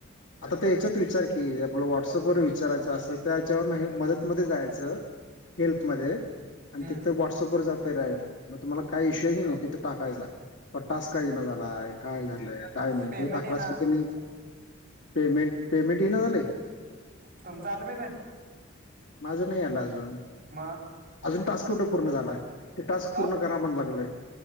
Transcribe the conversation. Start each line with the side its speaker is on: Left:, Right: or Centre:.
Left: आता ते याच्यात विचार की आपल व्हॉट्सअपवर विचारायचं असं ते त्या याच्यावरन हे मदतमध्ये जायचं हेल्पमध्ये
Right: हम्म
Left: आणि तिथे व्हाट्सअप वर जातंय डायरेक्ट म तुम्हाला काय इशू हाय किणी तिथं टाकायचा म टास्क का इना झालाय काय झालंय काय नाही
Right: पेमेंट
Left: हे टाकलास
Right: आहे ना
Left: की त्यांनी पेमेंट पेमेंट इना झालय
Right: तुमचं आलं पेमेंट
Left: माझं नाही आलं अजून
Right: मग
Left: अजून टास्क कुठं पूर्ण झालाय ते टास्क
Right: का
Left: पूर्ण करा म्हणा लागलंय